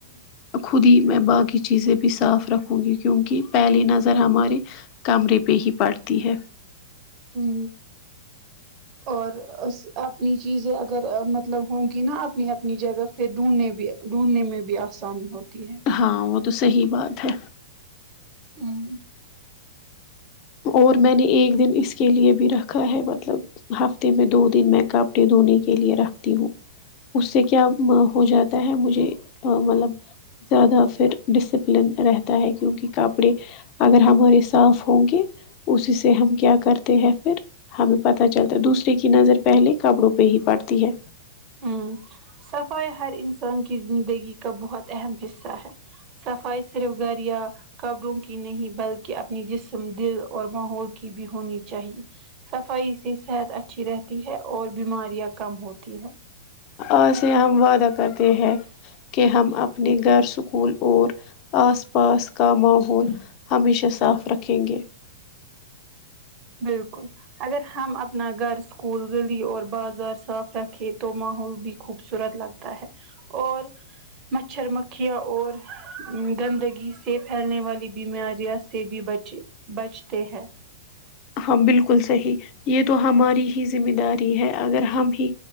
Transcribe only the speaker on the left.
خود ہی میں باقی چیزیں بھی صاف رکھوں گی کیونکہ پہلی نظر ہمارے کمرے پہ ہی پڑتی ہے
ہاں وہ تو صحیح بات ہے
اور میں نے ایک دن اس کے لیے بھی رکھا ہے مطلب ہفتے میں دو دن میں کپڑے دھونے کے لیے رکھتی ہوں اس سے کیا ہو جاتا ہے مجھے ا ملب زیادہ پھر ڈسپلن رہتا ہے کیونکہ کپڑے اگر ہمارے صاف ہوں گے اسی سے ہم کیا کرتے ہیں پھر ہمیں پتا چلتا ہے دوسرے کی نظر پہلے کپڑوں پہ ہی پڑتی ہے
اج سے ہم وعدہ کرتے ہیں کہ ہم اپنے گھر سکول اور آس پاس کا ماحول ہمیشہ صاف رکھیں گے
ہاں بالکل صحیح یہ تو ہماری ہی ذمہ داری ہے اگر ہم ہی